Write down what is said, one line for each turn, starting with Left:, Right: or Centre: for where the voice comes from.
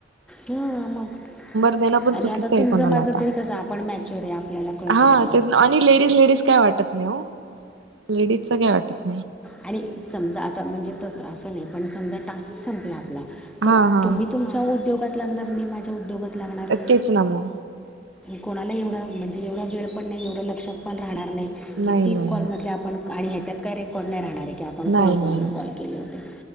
Centre: ह मग
Right: देणं पण
Centre: आणि
Right: चुकीचं
Centre: आता
Right: आहे
Centre: तुमच
Right: कोणाला
Centre: माझ
Right: आता
Centre: तरी कस आपण मॅच्यर आहे आपल्याला कळतो
Right: हा
Centre: बघ
Right: आणि लेडीज लेडीज काय वाटत नाही हो लेडीज काय वाटत नाही
Centre: आणि समजा आता म्हणजे त असं नाही पण समजा टास्क संपला आपला तर
Right: हा हा
Centre: तुम्ही तुमच्या उद्योगात लागणार मी माझ्या उद्योगात. लागणार
Right: अतच ना म
Centre: कोणाला एवढं म्हणजे म्हे एवढा वेळ पण नाही एवढं लक्षात पण राहणार नाही
Right: नाही
Centre: की तीच
Right: नाही नाही
Centre: कॉलमधले आपण. आणि ह्याच्यात काय रेकॉर्ड नाही राहणार आहे. की आपण
Right: नाही
Centre: कुणाकुणाला
Right: नाही नाही
Centre: कॉल केले होते